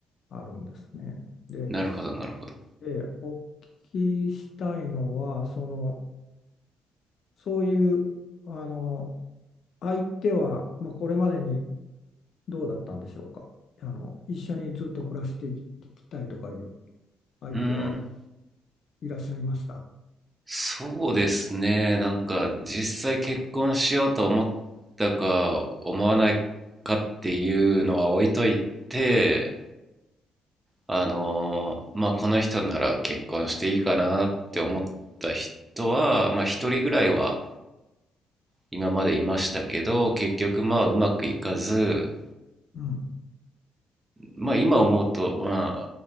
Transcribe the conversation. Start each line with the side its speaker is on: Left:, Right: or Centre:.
Left: あるんですね。で、
Right: なるほど、なるほど。
Left: えーお聞きしたいのはそのそういうあの相手は、まあ、これまでにどうだったんでしょうか。あの一緒にずっと暮らしていきたいとかいう相手は
Right: うん。
Left: いらっしゃいました。
Right: そうですね。なんか、実際結婚しようと思ったか、思わないかっていうのは置いといて、あのーまあ、この人なら結婚していいかなって思った人は、まあ、一人ぐらいは今までいましたけど、結局まあ、うまくいかず、
Left: うん、
Right: まあ今思うと、まあ、